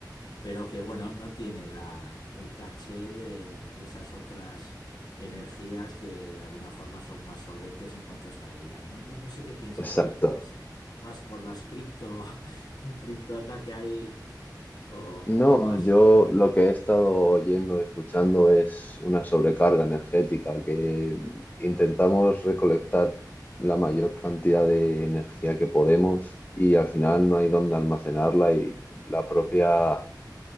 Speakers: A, on the left; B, on the left.
A: pero que bueno, no tiene la, el caché de, de esas otras energías que de alguna forma son más solventes en cuanto a estabilidad, ¿no? No, no sé qué piensas
B: exacto.
A: tú, si estás más por las cripto, <laughs> un criptoataque ahí o, o
B: No,
A: más...
B: yo lo que he estado oyendo, escuchando es una sobrecarga energética que intentamos recolectar la mayor cantidad de energía que podemos y al final no hay dónde almacenarla y la propia